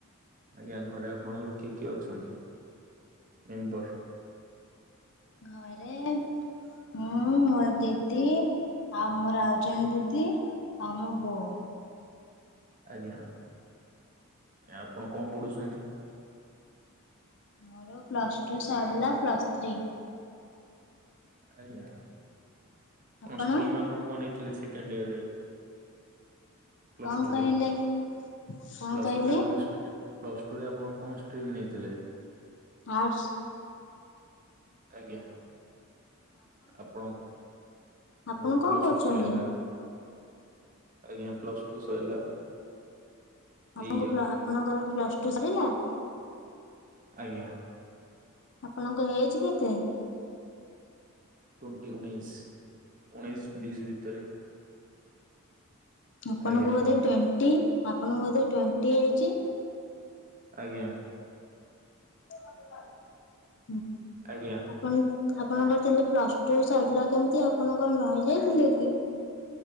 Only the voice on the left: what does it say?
ଘରେ ମୁଁ ମୋ ଦିଦି। ଆଉ ମୋର ଆଉଜଣେ ଦିଦି ଆଉ ମୋ ବୋଉ।
ମୋର ପ୍ଲସ ଟୁ ସାରିଲା ପ୍ଲସ୍ ଥ୍ରୀ।
ଆପଣ
କଣ
କହିଲେ କଣ
କହିଲେ
ଆର୍ଟ୍ସ୍।
ଆପଣ
କଣ
କରୁଛନ୍ତି?
ଆପଣଙ୍କୁ
ପ୍ଲ ଆପଣଙ୍କର ପ୍ଲସ ଟୁ ସଇଲା।
ଆପଣଙ୍କର ଏଜ୍ କେତେ?
ଆପଣଙ୍କୁ
ବୋଧେ ଟ୍ୱେଣ୍ଟି ଆପଣଙ୍କୁ ବୋଧେ ଟ୍ୱେଣ୍ଟି ଏଜ୍।
<unintelligible>
ଆପଣ ଆପଣଙ୍କର ତାହେଲେ ପ୍ଲସ ଟୁ ସରିଲା କେମିତି ଆପଣ କଣ ରହିଯାଇଥିଲେ କି?